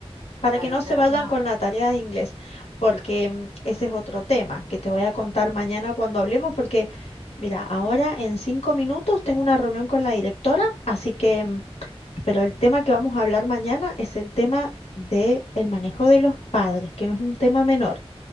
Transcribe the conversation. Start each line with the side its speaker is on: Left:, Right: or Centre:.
Left: para
Right: claro,
Left: que no
Right: claro.
Left: se vayan
Right: Bueno,
Left: con la tarea de inglés, porque mm, ese es otro tema que te voy a contar mañana cuando hablemos, porque mira, ahora en cinco minutos tengo una reunión con la directora, así que, mm, pero el tema que vamos a hablar mañana es el tema del manejo de los padres, que no es un tema menor,